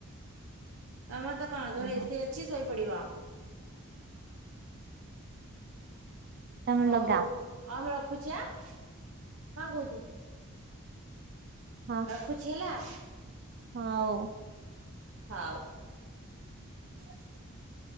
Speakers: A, on the right; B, on the right.
A: ତମର ତ କଣ ତମର
B: ଓହୋ
A: ଏସିି ଅଛି। ବଡ଼ି ବ।
B: ତମେ
A: ହଉ
B: ଲଗାଅ।
A: ଆମର ଖୁଛିଆ କଣ କହୁଛିୁ।
B: ହଁ
A: ରଖୁଛି ହେଲା।
B: ହଉ।
A: ହଉ
B: <unintelligible>